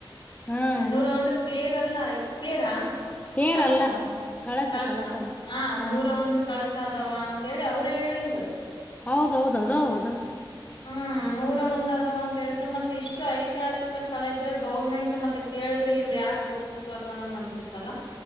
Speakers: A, on the left; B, on the left.
A: ಹ್ಮ್
B: ನೂರ ಒಂದು ತೇರ ಚೆಲ್ಲಾ <unintelligible> ತೇರಾ
A: ತೇರಲ್ಲ
B: ಕಳ್ಸ
A: ಕಳಸ
B: ಕಳ್ಸ
A: ಕಳಸ
B: ಹ
A: ಹಾ
B: ನೂರ ಒಂದು ಕಳ್ಸ ಸದಾವ ಅಂತೇಳಿ ಅವ್ರೇ ಹೇಳಿದ್ರು
A: ಹೌದೌದು ಅದ ಅದ
B: ಹ್ಮ್ ನೂರ ಒಂದ್ ಅದ ಅಂತ ಹೇಳಿದ್ರು ಮತ್ತೆ ಇಷ್ಟು ಐತಿಹಾಸಿಕ ಸ್ಥಳ ಇದ್ರೆ ಗೌರ್ಮೆಂಟ್ ಮತ್ತೆ ಕೇಳಿದ್ರೆ ಇವ್ರು ಯಾಕೆ ಒಪ್ಪಸ್ತ ಸ್ಪರ್ದನಂಗ್ ಅನ್ಸತ್ತಲ್ಲಾ